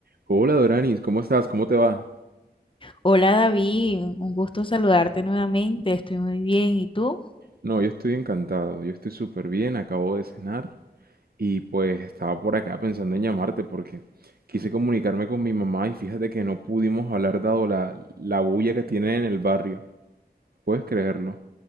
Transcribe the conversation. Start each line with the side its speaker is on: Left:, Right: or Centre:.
Right: Hola Doranis, ¿cómo estás? ¿Cómo te va?
Left: Hola David, un gusto saludarte nuevamente, estoy muy bien. ¿Y tú?
Right: No, yo estoy encantado, yo estoy súper bien, acabo de cenar y pues estaba por acá pensando en llamarte porque quise comunicarme con mi mamá y fíjate que no pudimos hablar dado la, la bulla que tienen en el barrio. ¿Puedes creerlo?